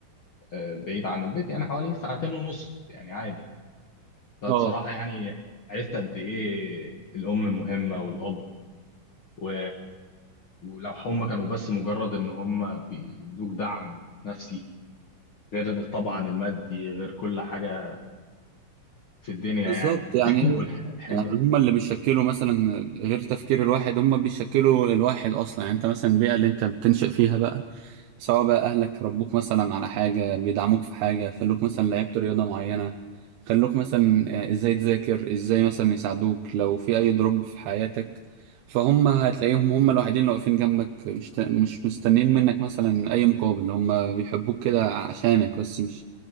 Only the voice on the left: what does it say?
آه، بعيد عن البيت يعني حوالي ساعتين ونص يعني عادي فبصراحه
يعني عرفت قد ايه الام مهمه والاب و... ولو هم كانوا بس مجرد ان هم بيدوك دعم نفسي غير طبعا المادي غير كل حاجة في الدنيا
يعني
<laughs>
والحنة